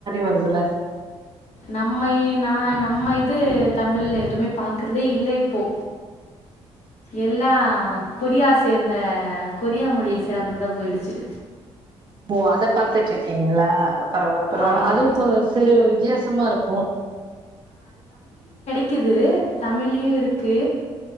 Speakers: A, on the right (about 40°); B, on the left (about 60°).
A: வருதுல்ல
B: நம்ம நா நம் நம்ம இது தமில்ல எதுமே பாக்குறதே இல்ல இப்போ எல்லா கொரியா சேர்ந்த கொரியா மொழியை சேர்ந்ததா போயிடுச்சு
A: ஓ அத பாத்துட்டு இருக்கீங்களா பரவாயில்ல பரவாயில்ல
B: ஆமா
A: அதுவும்க்கு சிறு வித்தியாசமா இருக்கும்
B: இருக்குது தமிழ்லும் இருக்கு